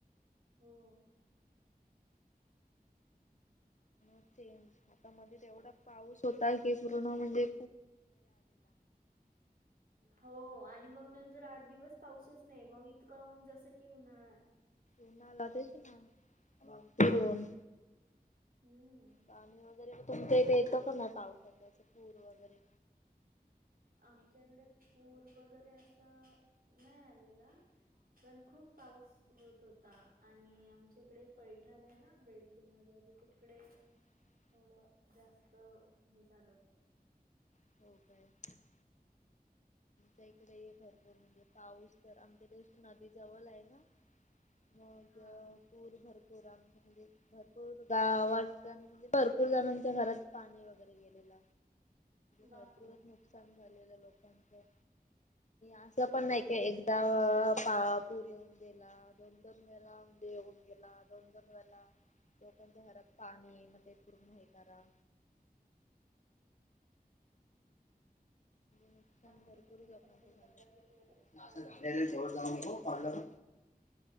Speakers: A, on the right; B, on the left.
A: हो.
B: सेम आता मध्ये एवढा पाऊस होता की पूर्ण म्हणजे
A: हो आणि आणि मग नंतर आठ दिवस पाऊसच नाही मग इतका होऊन जसं की उन्हाळाय.
B: उन्हाळा तेच ना भरपूर ऊन
A: हम्म.
B: पाणी वगैरे तुमच्या इथे येतो का नाही पावसाचा असं पूर वगैरे.
A: आमच्या इकडे पूर वगैरे असं नाही आलेला, पण खूप पाऊस होत होता आणि आमच्या इकडे पैठण आहे ना बेडकी नगर तिकडे
B: <inaudible>
A: थोड जास्त हे झालं होत.
B: <unintelligible> इकडे भरपूर म्हणजे पाऊस तर आमच्या हित कशी नदी जवळ आहे ना. मग
A: हा
B: पूर भरपूर आमच्याक भरपूर गावातल्या म्हणजे भरपूर जणांच्या घरात पाणी वगैरे गेलेल.
A: बापरे
B: भरपूरच नुकसान झालेलं लोकांचं. अस पण नाय की एकदा पा पूर येऊन गेला दोन दोन वेला म्हणजे येऊन गेला दोन दोन वेला लोकांच्या घरात पाणी मध्ये पूर्ण हे करा नुकसान
A: पाणी
B: भरपूर लोकांच
A: वगैरे
B: झाल.
A: घरात गेलं तर ते काढायला
B: असं घाणेरड ठेवत
A: खूप
B: जाऊन
A: मुश्किल
B: नको पार्लर
A: जातं.